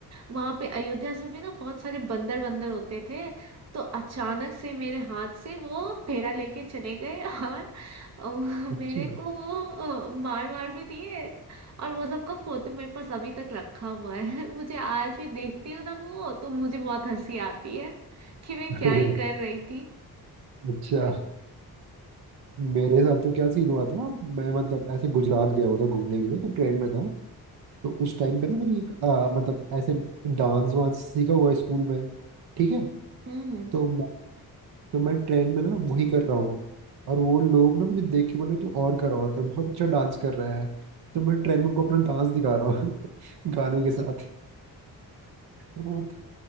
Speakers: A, on the right; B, on the right.
A: वहां पे अयोध्या सब में ना बहुत सारे बंदर वंदर होते थे तो अचानक से मेरे हाथ से वो फेरा लेके चले गए <laughs> और अ,
B: अच्छा
A: मेरे को वो अ, मार मार भी दिए और वो सबका फोटो मेरे पास अभी तक रखा हुआ है <laughs> मुझे आज भी देखती हूँ ना वो तो मुझे बहुत हंसी आती है कि मैं क्या
B: अरे
A: ही कर रही थी
B: अच्छा मेरे साथ तो क्या सीन हुआ था मैं मतलब ऐसे गुजरात गया हुआ था घूमने के लिए तो ट्रेन में था तो उस टाइम पे ना मैंने एक आ, मतलब ऐसे डांस वांस सीखा हुआ है स्कूल में ठीक है
A: हम्म
B: तो तो मैं ट्रेन में ना वही कर रहा हूँ और वो लोग ना मुझे देख के बोले कि और कर और कर बहुत अच्छा डांस कर रहा है तो मैं ट्रेन में उनको अपना डांस दिखा रहा हूँ <laughs> गाने के साथ तो